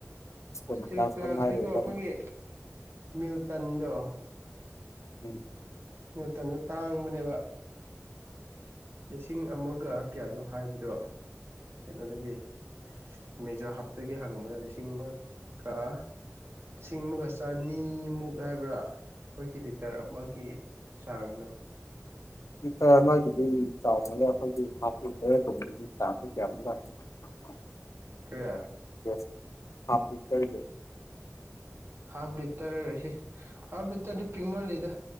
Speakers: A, on the left (about 80°); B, on the right (about 55°).
A: ꯁ꯭ꯀꯨꯜ
B: ꯏꯁꯇꯤꯜ
A: ꯀ꯭ꯂꯥꯁꯇ
B: ꯐ꯭ꯂꯥꯁꯛꯇꯤꯀꯣ
A: ꯉꯥꯏꯔꯤꯕ
B: ꯑꯩꯈꯣꯏꯒꯤ ꯃꯤꯜꯇꯟꯗꯣ
A: ꯎꯝ
B: ꯃꯤꯜꯇꯟꯗꯣ ꯇꯥꯡꯕꯅꯦꯕ ꯂꯤꯁꯤꯡ ꯑꯃꯒ ꯀꯌꯥꯅꯣ ꯍꯥꯏꯕꯗꯣ ꯀꯩꯅꯣꯗꯒꯤ ꯃꯦꯖꯣ ꯍꯞꯇꯒꯤ ꯍꯪꯕꯗ ꯂꯤꯁꯤꯡ ꯑꯃ ꯒ ꯂꯤꯁꯤꯡ ꯑꯃꯒ ꯆꯅꯤꯃꯨꯛ ꯍꯥꯏꯕ꯭ꯔꯥ ꯑꯩꯈꯣꯏꯒꯤ ꯂꯤꯇꯔ ꯑꯃꯒꯤ ꯆꯥꯡꯗꯣ
A: <inaudible> ꯂꯤꯇꯔ ꯑꯃꯒꯤꯗꯤ ꯆꯥꯎꯃꯟꯂꯦ ꯑꯩꯈꯣꯏꯒꯤ ꯍꯥꯞꯂꯤꯇꯔ ꯒꯨꯝꯕꯒꯤ ꯆꯥꯡꯗ ꯀꯌꯥꯃꯨꯛ ꯂꯥꯛꯀꯗ꯭ꯔ <inaudible>
B: ꯀ꯭ꯔꯤ
A: ꯌꯦꯁ ꯍꯥꯞꯂꯤꯇꯔꯒꯤ
B: ꯍꯥꯐ ꯂꯤꯇꯔꯁꯤ ꯍꯥꯐ ꯂꯤꯇꯔꯗꯤ ꯄꯤꯛꯃꯜꯂꯦꯗ